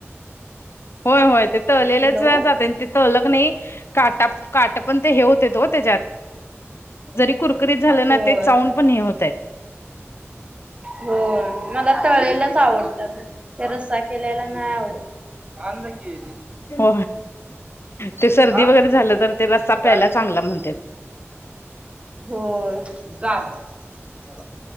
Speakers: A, on the left; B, on the right.
A: होय होय ते तळलेलंच
B: हॅलो
A: जाते ते तलक नाही काटा काट पण ते हे होते त हो त्याच्यात जरी कुरकुरीत झालं ना
B: होय.
A: ते चाऊून पण हे होत आहे
B: हो मला टळेलंच आवडतात ते रस्सा केल्याला नाही आवडत अज की
A: हो ते सर्दी
B: हा
A: वगैरे झालं तर ते रस्ता
B: काय
A: प्यायला चांगला म्हणतात
B: हो जा जा